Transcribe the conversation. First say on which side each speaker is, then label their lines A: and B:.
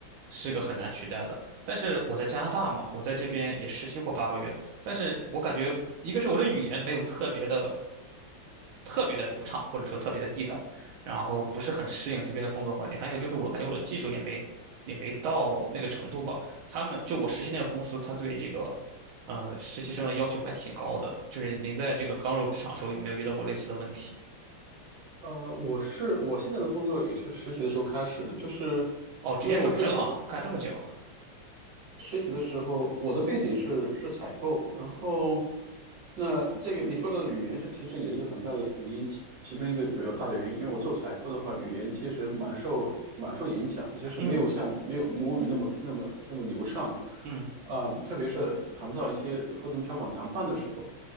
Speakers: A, on the right (about 80°); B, on the right (about 60°).
A: 是个很难取代的。但是我在加拿大嘛，我在这边也实习过八个月，但是我感觉一个是我的语言没有特别的特别的流畅，或者说特别的地道，然后不是很适应这边的工作环境。还有一个就是我感觉我的技术也没也没到那个程度吧。他们就我实习那个公司，他对这个呃实习生的要求还挺高的。就是您在这个刚入职场的时候有没有遇到过类似的问题？
B: 呃，我是我现在的工作也是实习的时候开始的，就是
A: 哦，直接转正了，
B: 因为我之前
A: 干这么久？
B: 实习的时候，我的背景是是采购，然后那这个你说到的语言是其实也是个很大的原因，其其中一个主要大的原因，因为我做采购的话，语言其实蛮受蛮受影响的，就是没有像没有母语那么那么那么流畅，
A: 嗯嗯。
B: 啊、特别是谈到一些合同条款谈判的时候。